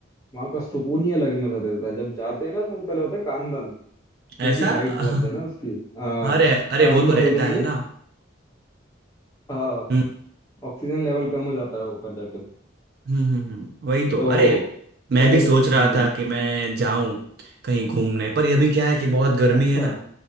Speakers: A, on the left; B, on the right.
A: वहाँ का सुकून ही अलग मजा देता है जब जाते हैं ना सबसे पहले होता है कान बंद
B: ऐसा
A: क्योंकि हाइट
B: <laughs>
A: बहुत है ना उसकी आ,
B: अरे अरे
A: कान
B: वो तो
A: बंद
B: रहता
A: हो जाएंगे
B: है ना
A: हाँ
B: हम्म
A: ऑक्सीजन लेवल कम हो जाता है ऊपर जाके हम्म,
B: हम्म हम्म, हम्म, वही तो
A: तो
B: अरे मैं
A: पहले
B: भी सोच रहा
A: हम्म
B: था कि मैं जाऊं कहीं घूमने पर अभी क्या है कि बहुत गर्मी
A: अच्छा
B: है ना